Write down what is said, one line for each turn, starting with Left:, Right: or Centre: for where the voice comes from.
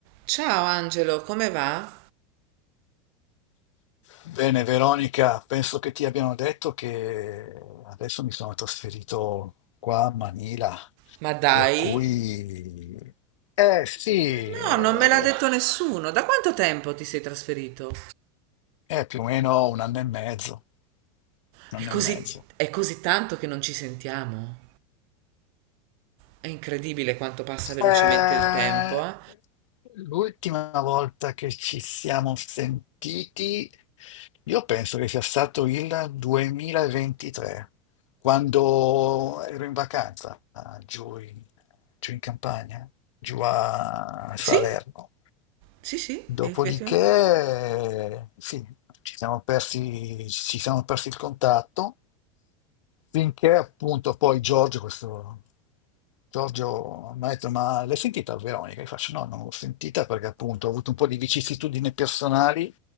Right: Ciao Angelo, come va?
Left: Bene, Veronica, penso che ti abbiano detto che adesso mi sono trasferito qua a Manila,
Right: Ma dai?
Left: per cui... Eh sì,
Right: No,
Left: eh,
Right: non me l'ha detto nessuno. Da quanto tempo ti sei trasferito?
Left: è più o meno un anno e mezzo, un
Right: È
Left: anno
Right: così,
Left: e mezzo.
Right: è così tanto che non ci sentiamo. È incredibile quanto passa velocemente
Left: Eh,
Right: il tempo, eh?
Left: l'ultima volta che ci siamo sentiti, io penso che sia stato il 2023, quando ero in vacanza ah, giù in, giù in campagna, giù a Salerno.
Right: Sì, sì, sì,
Left: Dopodiché,
Right: effettivamente.
Left: sì, ci siamo persi, ci siamo persi il contatto, finché appunto poi Giorgio, questo, Giorgio mi ha detto, ma l'hai sentita Veronica? Io faccio, no, non l'ho sentita perché appunto ho avuto un po' di vicissitudini personali